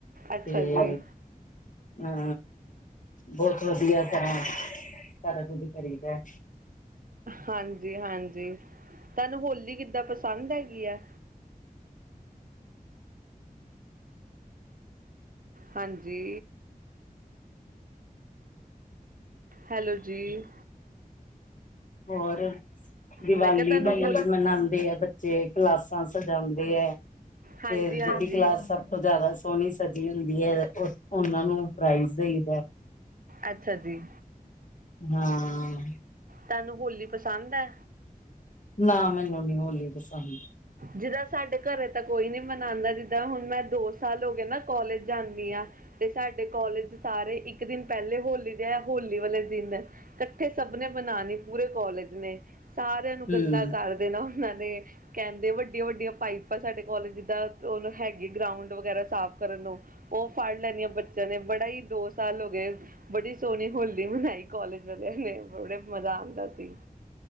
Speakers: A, on the right; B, on the left.
A: ਅੱਛਾ
B: ਤੇ
A: ਜੀ
B: ਆ, ਬੌਤ ਵਦੀਆ ਕਰਾ ਸਾਰਾ ਕੁਜ ਕਰੀਦੈ
A: ਹਾਂਜੀ-ਹਾਂਜੀ ਧਾਨੂੰ ਹੋਲੀ ਕੀਦਾਂ ਪਸੰਦ ਹੈਗੀ ਆ? ਹਾਂਜੀ। ਹੈਲੋ ਜੀ।
B: ਹੋਰ, ਦੀਵਾਲੀ
A: ਮੈਂ ਕਿਹਾ ਤੁਹਾਨੂੰ
B: ਵੀ
A: ਹੋਲ
B: ਮਨਾਂਦੇ ਆ ਬਚ ਚੇ ਕਲਾਸਾਂ ਸਜਾਂਦੇ ਐ,
A: ਹਾਂਜੀ
B: ਫੇਰ ਜੇਡੀ
A: ਹਾਂਜੀ
B: ਕਲਾਸ ਸਭ ਤੋਂ ਜਾਦਾ ਸੋਹਣੀ ਸਜੀ ਹੁੰਦੀ ਐ ਓਨਾਂ ਨੂੰ ਪ੍ਰਾਈਜ਼ ਦੇਈਦਾ।
A: ਅੱਛਾ ਜੀ।
B: ਹਾਂ
A: ਤਾਨੂੰ ਹੋਲੀ ਪਸੰਦ ਐ?
B: ਨਾ ਮੈਨੂੰ ਨੀ ਹੋਲੀ ਪਸੰਦ
A: ਜੀਦਾਂ ਸਾਡੇ ਘਰੇ ਤਾਂ ਕੋਈ ਨੀ ਮਨਾਂਦਾ ਜੀਦਾਂ ਹੁਣ ਮੈਂ ਦੋ ਸਾਲ ਹੋ ਗੇ ਨਾ ਕੋਲਜ ਜਾਂਨੀ ਆ ਤੇ ਸਾਡੇ ਕੋਲਜ ਸਾਰੇ ਏਕ ਦੇਨ ਪੈਲੇ ਹੋਲੀ ਦੇ ਜਾ ਹੋਲੀ ਵਾਲੇ ਦੇਨ ਕੱਠੇ ਸਭ ਨੇ ਮਨਾਣੀ ਪੂਰੇ ਕੋਲਜ ਨੇ ਸਾਰੇਆਂ ਨੂੰ
B: ਹਮ
A: ਗੰਦਾ ਕਰ ਦੇਣਾ ਓਨਾਂ ਨੇ ਕੈਂਦੇ ਵੱਡੀਆਂ-ਵੱਡੀਆਂ ਪਾਈਪਾਂ ਸਾਡੇ ਕੌਲਜ ਜੀਦਾਂ ਓਨੂੰ ਹੈਗੀ ਗਰਾਊਂਡ ਵਗੈਰਾ ਸਾਫ਼ ਕਰਨ ਨੂੰ ਓਫੜ ਲੈਣੀਆਂ ਬੱਚੇਆਂ ਨੇ ਬੜਾ ਈ ਦੋ ਸਾਲ ਹੋ ਗੇ ਬੜੀ ਸੋਣੀ ਹੋਲੀ ਮਨਾਈ ਕੌਲਜ ਵਾਲੇਆਂ ਨੇ ਬੜੇ ਮਜ਼ਾ ਆਦਾ ਸੀ।